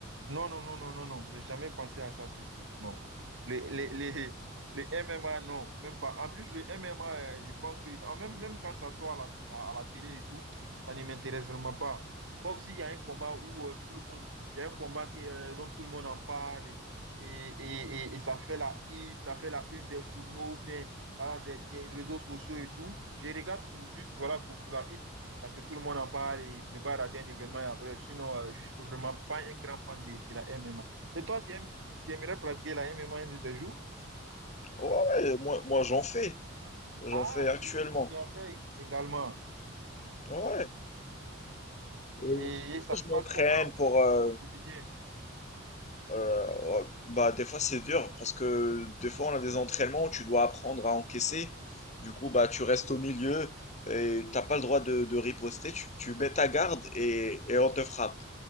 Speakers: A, on the right; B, on the left.
A: Non, non, non, non, non, non. J'ai jamais pensé à ça surtout. Non. Le, le, le, le M M A non, même pas. En plus, le M MMA, euh, je pense que en même, même quand ça sort à la, à, à la télé et tout, ça ne m'intéresse vraiment pas. Sauf s'il y a un combat où euh, tout le monde, il y a un combat qui, euh, dont tout le monde en parle et, et, et, et- et ça fait la hype, ça fait la une des journaux ou bien voilà, des, des réseaux sociaux et tout. Je regarde tout juste voilà, pour, pour la hype parce que tout le monde en parle et ne pas rater un événement après. Sinon, euh, je ne suis vraiment pas un grand fan de, de la MMA. Et toi, tu, aimes- tu- tu aimerais pratiquer la MMA un de ces jours?
B: Ouais, ouais, moi moi j'en fais. J'en
A: Ah,
B: fais actuellement.
A: tu, tu- tu en fais également.
B: Ouais.
A: Et,
B: Et c'est pour
A: et
B: ça
A: ça
B: que
A: se
B: je m'entraîne
A: passe comment au,
B: pour
A: quotidi-
B: euh,
A: au quotidien?
B: Euh, ouais, bah, des fois, c'est dur parce que des fois,
A: Je-
B: on a des entraînements où tu dois apprendre à encaisser. Du coup, bah, tu restes au milieu et t'as pas le droit de, de riposter. Tu, tu mets ta garde et, et on te frappe.